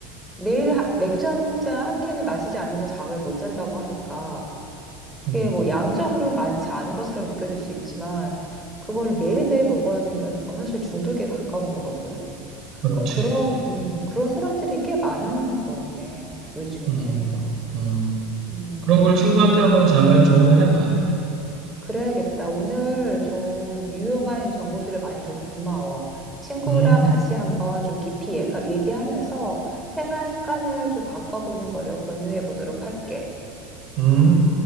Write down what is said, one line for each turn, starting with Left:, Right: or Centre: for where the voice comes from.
Centre: 매일 하- 맥주 한잔 한 캔을 마시지 않으면 잠을 못 잔다고 하니까
Right: 음.
Centre: 그게 뭐 양적으로는 많지 않은 것처럼 느껴질 수 있지만 그걸 매일매일 먹어야 된다는 건 사실 중독에 가까운 거거든.
Right: 그렇지.
Centre: 그러니까 그런 음, 그런 사람들이 꽤 많은 거네, 요즘에.
Right: 음, 음.
Centre: 음,
Right: 그런 걸 친구한테 한번 잘 조언을 해봐.
Centre: 그래야겠다. 오늘 좀 유용한 정보들을 많이 줘서 고마워. 친구랑
Right: 음,
Centre: 다시 한번 좀 깊이 얘가- 얘기하면서 생활 습관을 좀 바꿔보는 거를 권유해 보도록 할게.
Right: 음.